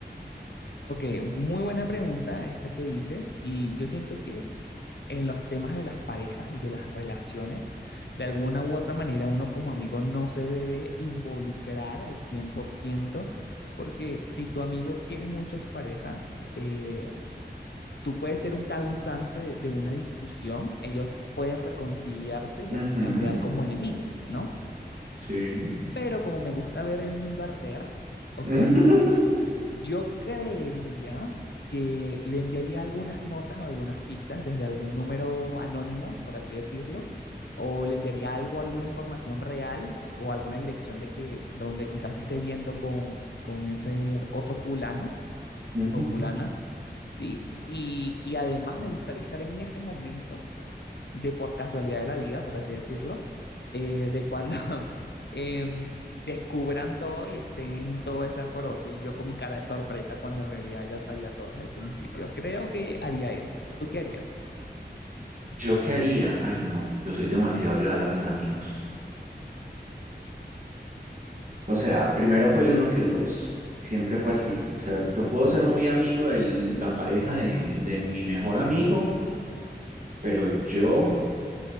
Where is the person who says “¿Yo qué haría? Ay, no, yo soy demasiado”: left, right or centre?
Right